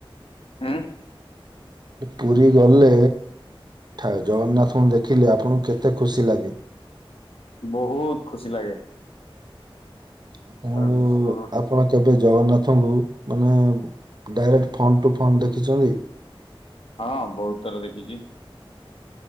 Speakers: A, on the left (about 75°); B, on the right (about 50°).
A: ହୁଁ?
B: ପୁରୀ ଗଲେ। ଠା ଜଗନ୍ନାଥଙ୍କୁ ଦେଖିଲେ ଆପଣଙ୍କୁ କେତେ ଖୁସି ଲାଗେ?
A: ବୋହୁତୁ ଖୁସି ଲାଗେ।
B: ଆପଣଙ୍କୁ।
A: ସାରା ବିଶ୍ୱର
B: ଆପଣ କେବେ ଜଗନ୍ନାଥଙ୍କୁ ମାନେ ଡାଇରେକ୍ଟ ଫଣ୍ଡ ଟୁ ଫଣ୍ଡ ଦେଖିଚନ୍ତି?
A: ହଁ ବୋହୁତୁ ଥର ଦେଖିଚି।